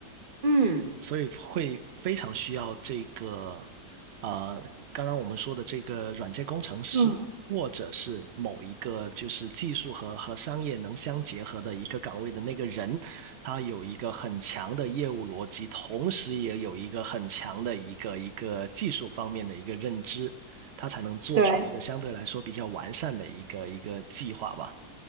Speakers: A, on the right (about 35°); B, on the right (about 75°).
A: 嗯
B: 所以会非常需要这个，呃，刚刚我们说的这个软件工程师，
A: 嗯，
B: 或者是某一个就是技术和和商业能相结合的一个岗位的那个人，他有一个很强的业务逻辑，同时也有一个很强的一个一个技术方面的一个认知，他才能做出一个相对来说比较完善的一个一个计划吧。
A: 对，